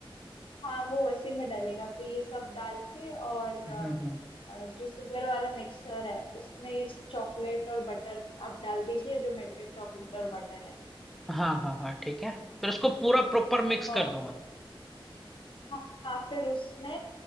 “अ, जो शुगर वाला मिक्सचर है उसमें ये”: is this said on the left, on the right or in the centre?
Left